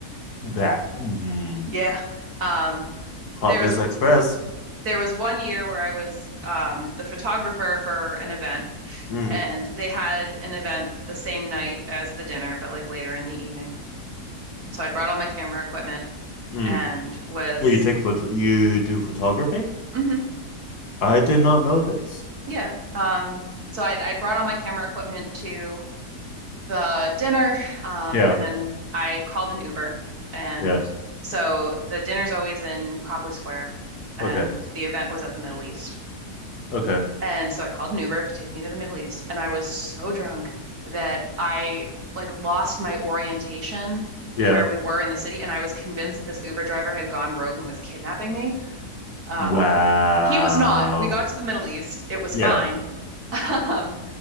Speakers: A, on the left; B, on the right.
A: That. mhm.
B: Yeah. Um,
A: Hot
B: there
A: mess
B: was
A: Express.
B: there was one year where I was um, the photographer for an event,
A: Mm,
B: and they had an event the same night as the dinner, but like later in the evening. And so I brought all my camera equipment
A: mm.
B: and was
A: Well, you take photo, you do photography?
B: hmm
A: I did not know this.
B: yeah. Um, so I I brought all my camera equipment to the dinner, um,
A: Yeah,
B: and then I called an Uber, and
A: yeah.
B: so the dinner's always in Copley Square, and
A: Okay,
B: the event was at the Middle East,
A: okay.
B: and so I called an Uber to take me to the Middle East, and I was so drunk that I like lost my orientation
A: Yeah.
B: where we were in the city, and I was convinced that this Uber driver had gone rogue and was kidnapping me. Um,
A: Wow.
B: he was not. We got to the Middle East. It was
A: Yeah.
B: fine. <laughs> Um,